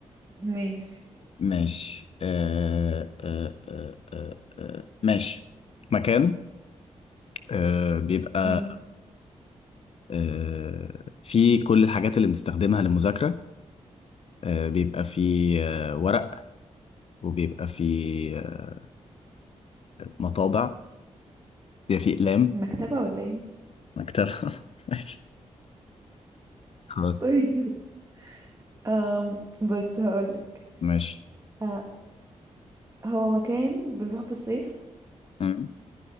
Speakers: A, on the right (about 25°); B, on the left (about 50°).
A: ماشي
B: ماشي آه آه آه آه آه ماشي مكان آه بيبقى
A: مم.
B: آه فيه كل الحاجات اللي بنستخدمها للمذاكرة آه بيبقى فيه آه ورق وبيبقى فيه آه مطابع بيبقى فيه أقلام
A: مكتبة ولا ايه
B: مكتبة <laughs> ماشي خلاص
A: طيب أم بص هقولك
B: ماشي
A: أه هو مكان بنروحه في الصيف
B: مم.